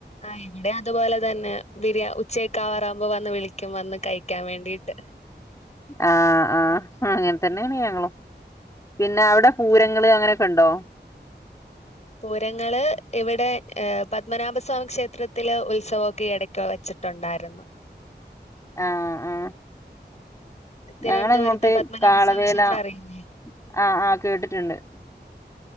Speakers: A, on the left (about 40°); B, on the left (about 15°).
A: ആ ഇവിടെ അതുപോലെ തന്നെ. ബിരിയാ ഉച്ചയൊക്കാവാറാവുമ്പോ വന്ന് വിളിക്കും. വന്ന് കഴിക്കാൻ വേണ്ടിട്ട്.
B: ആഹ് ആഹ്. അങ്ങൻതന്നേണ് ഞങ്ങളും. പിന്ന അവിടെ പൂരങ്ങള്
A: ഉം
B: അങ്ങനെ ക്കെ ഇണ്ടോ.
A: പൂരങ്ങള് ഇവിടെ പത്മനാഭസ്വാമി ക്ഷേത്രത്തില് ഉത്സവൊക്കെ എടക്ക് വെച്ച് ട്ടുണ്ടായിരുന്നു.
B: ആ ആ.
A: തിരുവനന്തപുരത്ത്
B: ഞങ്ങളങ്ങോട്ട്
A: പത്മനാഭസ്വാമി
B: കാളവേല
A: ക്ഷേത്രം
B: -
A: അറിയില്ലേ?
B: - ആ ആ. കേട്ട്ട്ട്ണ്ട്